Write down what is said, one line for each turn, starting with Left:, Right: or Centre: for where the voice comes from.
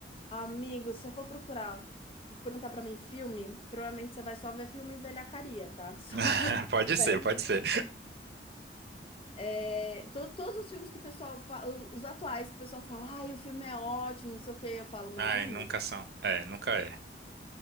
Left: amigo, se você for procurar, perguntar pra mim filme, provavelmente você vai só ver filme velhacaria, tá? <laughs> Só
Right: <laughs>
Left: ver filme
Right: Pode ser,
Left: velho.
Right: pode ser.
Left: É, to- todos os filmes que o pessoal fala, os atuais que o pessoal fala, ai, o filme é ótimo, não sei o que, eu falo, mas
Right: Ai,
Left: é mesmo.
Right: nunca são. É, nunca é.